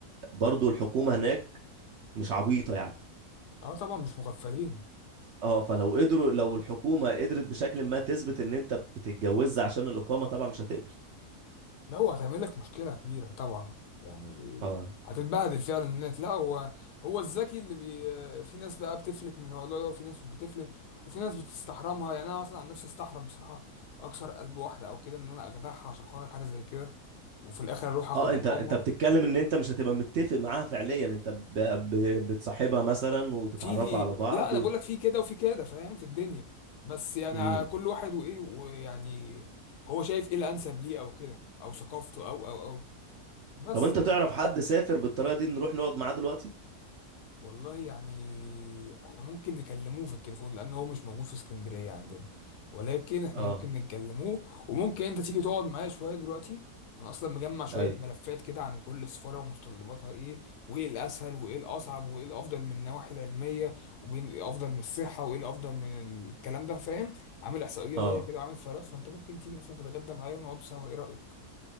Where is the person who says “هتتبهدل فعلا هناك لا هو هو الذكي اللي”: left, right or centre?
Left